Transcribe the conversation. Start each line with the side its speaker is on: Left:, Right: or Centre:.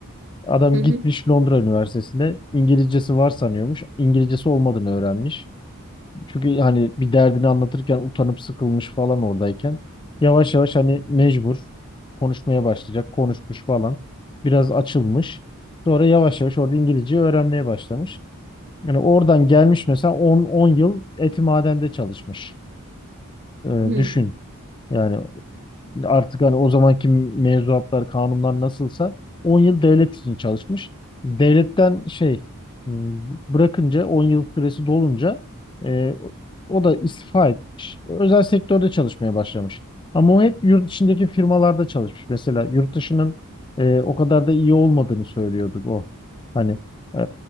Left: Adam
Right: Hı hı.
Left: gitmiş Londra Üniversitesi'ne. İngilizcesi var sanıyormuş. İngilizcesi olmadığını öğrenmiş. Çünkü hani bir derdini anlatırken utanıp sıkılmış falan oradayken. Yavaş yavaş hani mecbur konuşmaya başlayacak. Konuşmuş falan. Biraz açılmış. Sonra yavaş yavaş orada İngilizceyi öğrenmeye başlamış. Yani oradan gelmiş mesela 10 10 yıl etimadende çalışmış. Ee,
Right: Hı.
Left: düşün. Yani artık hani o zamanki mevzuatlar, kanunlar nasılsa 10 yıl devlet için çalışmış. Devletten şey hmm, bırakınca 10 yıl süresi dolunca e, o da istifa etmiş. Özel sektörde çalışmaya başlamış. Ama o hep yurt içindeki firmalarda çalışmış. Mesela yurt dışının e, o kadar da iyi olmadığını söylüyordu o. Hani e,